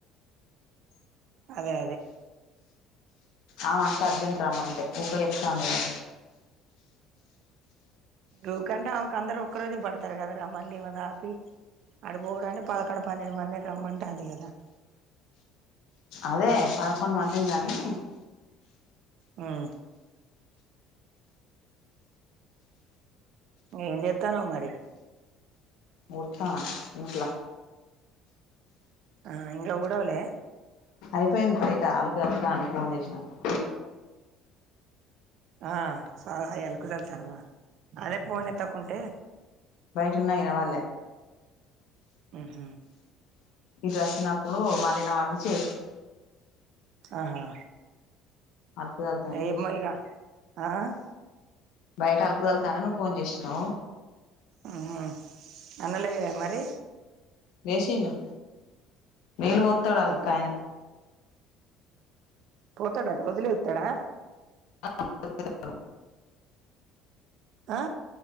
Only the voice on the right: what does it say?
అదే అదే
గుకంటే ఆమెకు అందరు ఒక్క రోజే పడతారు కదారా మళ్ళీ దాపి ఆడుబొడ్ అంటే పదకొండు పన్నెండు మంది రమంటాంది కదా
ఉమ్ ఆ ఎం చేతనావ్ మరి
ఆ ఇంకా ఊడవలే
ఆ స అల్క్ చల్తనవా అదే పోన్ నేతక్కుంటే
ఊమ్
ఆహా
ఏమో
ఇగ ఆ
ఆ హ అన్నలే కద మరి
అదే
అదే
పోతాడా రోజు లేతడా
ఆ